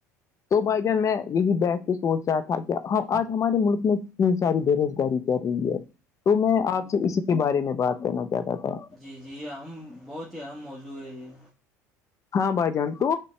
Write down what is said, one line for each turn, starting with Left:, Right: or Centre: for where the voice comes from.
Left: تو بھائی جان میں یہی بیٹھ کے سوچ رہا تھا کہ آج ہمارے ملک میں کتنی ساری برز کر رہی ہے تو میں آپ سے اسی کے بارے میں بات کرنا چاہتا تھا
Centre: جی جی یہ اہم بہت ہی اہم موضوع ہے یہ
Left: ہاں بھائی جان تو